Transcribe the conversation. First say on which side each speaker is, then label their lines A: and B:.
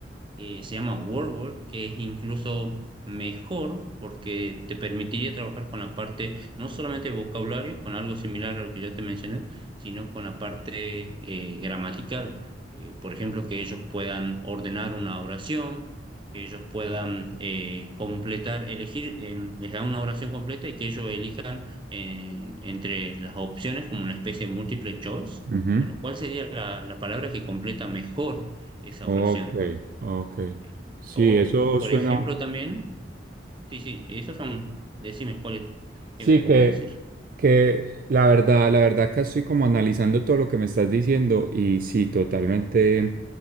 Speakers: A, on the right; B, on the right.
A: eh, se llama WordWork, que es incluso mejor porque te permitiría trabajar con la parte, no solamente de vocabulario, con algo similar a lo que ya te mencioné, sino con la parte eh, gramatical. Eh, por ejemplo, que ellos puedan ordenar una oración, que ellos puedan eh, completar, elegir, en- les da una oración completa y que ellos elijan eh, entre las opciones como una especie de multiple choice.
B: ujú.
A: Bueno, ¿cuál sería la la palabra que completa mejor esa
B: Ok,
A: oración?
B: ok.
A: Sí.
B: Sí,
A: O,
B: eso
A: por
B: suena.
A: ejemplo, también, sí, sí, esos son, decime cuál
B: Sí,
A: qué me ibas
B: que,
A: a decir.
B: que la verdad, la verdad acá estoy como analizando todo lo que me estás diciendo y sí, totalmente